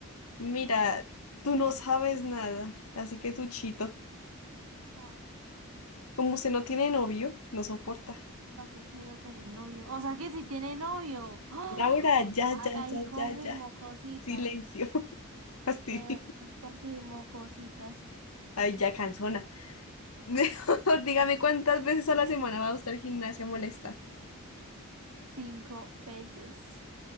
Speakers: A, on the left (about 80°); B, on the right (about 75°).
A: Mira, tú no sabes nada, así que tú chito.
B: Ah,
A: Como usted no tiene novio, no soporta.
B: ¿Para qué quiero tener novio? O sea que si tiene novio. ¡Ah!
A: Laura, ya,
B: Ah,
A: ya,
B: Ahí
A: ya,
B: confirmó
A: ya, ya.
B: cositas.
A: Silencio. <laughs> Fastidio.
B: Ya nos confirmó cositas.
A: Ay, ya cansona. <laughs> Mejor dígame cuántas veces a la semana va usted al gimnasio a molestar.
B: Cinco veces.